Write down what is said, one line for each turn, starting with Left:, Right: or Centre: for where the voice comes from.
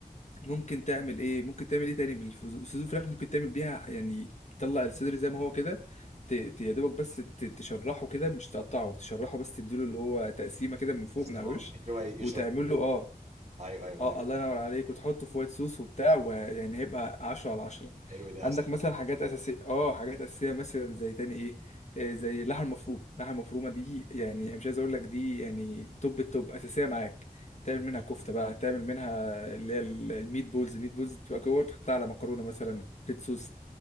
Left: ممكن تعمل ايه ممكن تعمل ايه تاني بالفلوس صدور الفراخ ممكن تعمل بيها يعني تطلع الصدر زي ما هو كده ت- ت- يا دوبك بس ت- تشرحه كده مش تقطعه تشرحه بس تديله اللي هو تقسيمه كده من فوق
Right: بس
Left: من على
Right: اه
Left: الوش
Right: بحيث إن هو يشرب
Left: وتعمله
Right: مظبوط
Left: اه
Right: ايوه ايوه
Left: اه
Right: ايوه
Left: الله ينور عليك وتحطه في وايت صوص وبتاع ويعني هيبقى عشرة على عشرة
Right: حلو ده يا
Left: عندك
Right: اسطى
Left: مثلا حاجات أساسية اه حاجات أساسية مثلا زي تاني
Right: آه.
Left: ايه آه، زي اللحمة المفرومة اللحمة المفرومة دي يعني أنا مش عايز اقول لك دي يعني توب التوب أساسية معاك تعمل
Right: مم.
Left: منها كفتة بقى تعمل منها اللي هي ال- الميت بولز الميت بولز تبقى كور تحطها على مكرونة مثلا ريد صوص